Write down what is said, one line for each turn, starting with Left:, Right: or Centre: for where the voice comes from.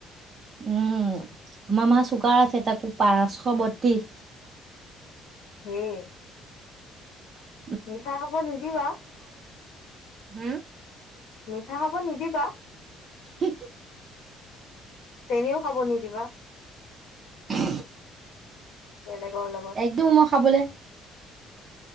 Right: উম আমাৰ মা চুগাৰ আছে তাকো পাঁচশ বত্ৰিশ
Left: হে <inaudible>
Right: স <unintelligible>
Left: মিঠা খাব নিদিবা
Right: হম,
Left: মিঠা খাব নিদিবা
Right: <unintelligible>
Left: চেনিও খাব নিদিবা
Right: <unintelligible>
Left: বেলেগৰ লগত
Right: একদম মই খাবলে